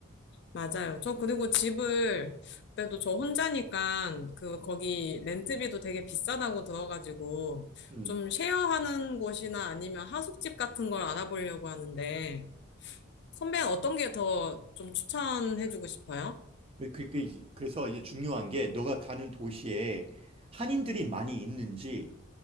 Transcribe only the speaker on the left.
맞아요. 저 그리고 집을 그래도 저 혼자니까 그 거기 렌트비도 되게 비싸다고 들어가지고
좀 쉐어하는 곳이나 아니면 하숙집 같은 걸 알아보려고 하는데 선배는 어떤 게 더 좀 추천해주고 싶어요?